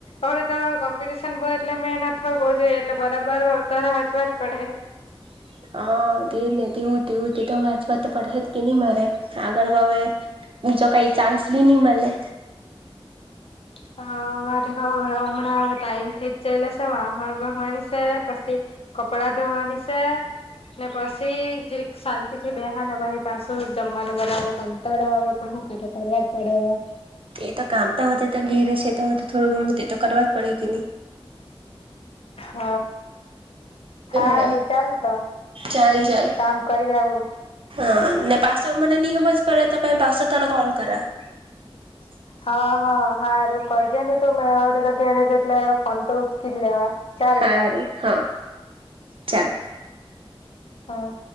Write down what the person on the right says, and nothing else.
<inaudible> હા તેનેવુંવું તો વાચ વાત તો પડશે જ કે નહી મારે આગળ હવે બીજા કઈ ચાન્સ બી ની મલે
તે તો કામતા હો તો ઘેરે છે તો થોડું ઘણું તે તો કરવા પડે કેની
ને
ચાલ ચાલ
હા ને પાસો એ મને ની હમજ પડે પહી પાસો તને કોલ કરા <inaudible>
હારું હા ચાલ